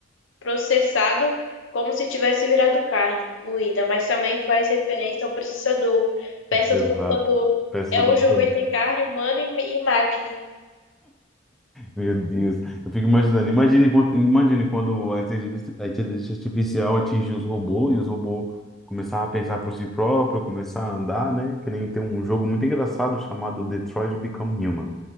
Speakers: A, on the left; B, in the centre.
A: processado como se tivesse virado carne moída, mas também faz referência ao processador, peça
B: Exato.
A: do computador.
B: Peça
A: É
B: do
A: um
B: computador.
A: jogo entre carne humana e, e máquina.
B: Meu Deus. Eu fico imaginando. Imagine quando, imagine quando a inteligência, a inteligência artificial atingiu os robôs e os robôs começaram a pensar por si próprio, começar a andar, né? Que nem tem um jogo muito engraçado chamado Detroit Become Human.